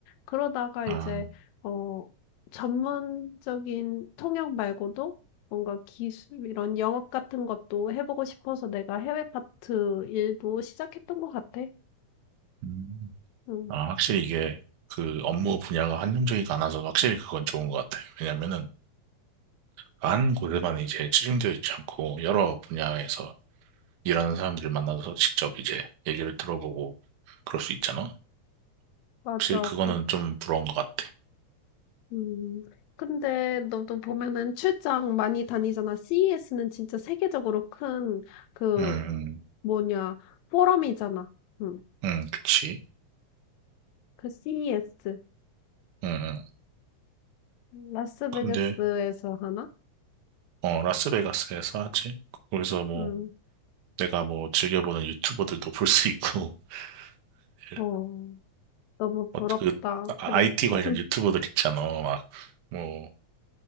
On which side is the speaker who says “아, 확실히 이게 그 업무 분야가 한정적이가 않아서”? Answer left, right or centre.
Right